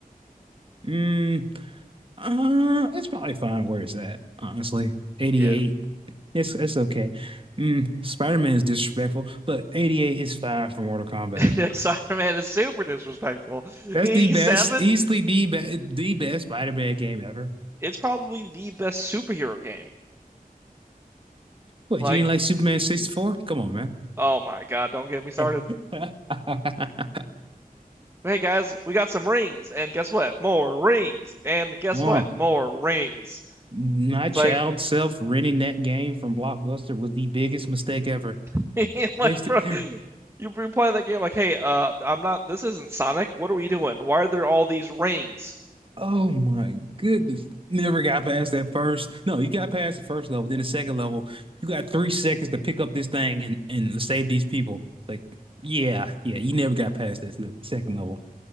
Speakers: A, on the right; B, on the right.
A: Mm, uh, it's probably fine where it's at, honestly. 88.
B: Yeah,
A: It's it's okay. Mm, Spider-Man is disrespectful, but 88 is fine for Mortal Kombat.
B: <laughs> Spider-Man is super disrespectful.
A: That's
B: 87.
A: the best, easily the best the best Spider-Man game ever.
B: It's probably the best superhero game.
A: What,
B: Like,
A: you didn't like Superman 64? Come on, man.
B: oh my God, don't get me started.
A: <laughs>
B: Hey guys, we got some rings, and guess what? More rings, and guess
A: Oh,
B: what? More rings.
A: my
B: It's
A: child
B: like
A: self renting that game from Blockbuster was the biggest mistake ever.
B: <laughs> Like,
A: Wasted.
B: bro, you be playing that game like, hey, uh, I'm not. This isn't Sonic. What are we doing? Why are there all these rings?
A: Oh my goodness. Never got past that first. No, you got past the first level, then the second level. You got three seconds to pick up this thing and, and save these people. It's like, yeah, yeah, you never got past that se- second level.